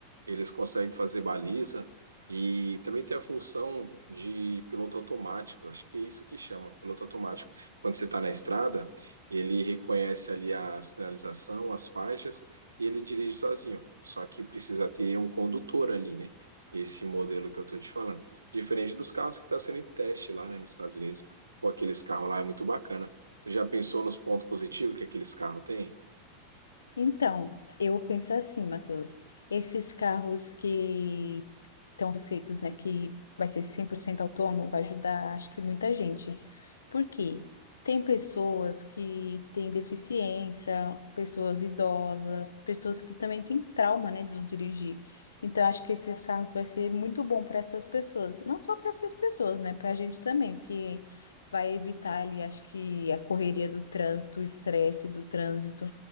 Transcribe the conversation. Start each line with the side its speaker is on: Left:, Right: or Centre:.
Right: Eles conseguem fazer baliza e também tem a função de piloto automático. Acho que é isso que chama, piloto automático. Quando você está na estrada, ele reconhece ali a sinalização, as faixas e ele dirige sozinho. Só que precisa ter um condutor ali, né? Esse modelo que eu estou te falando. Diferente dos carros que está sendo em teste lá, né, nos Estados Unidos. Pô, aqueles carros lá é muito bacana. Tu já pensou nos pontos positivos que aqueles carros têm?
Left: Então, eu penso assim, Matheus, esses carros que estão feitos, né, que vai ser 100% autônomo, vai ajudar, acho que muita gente. Por quê? Tem pessoas que têm deficiência, pessoas idosas, pessoas que também têm trauma, né, de dirigir. Então, acho que esses carros vai ser muito bom para essas pessoas. Não só para essas pessoas, né, para a gente também, porque vai evitar ali, acho que a correria do trânsito, o estresse do trânsito.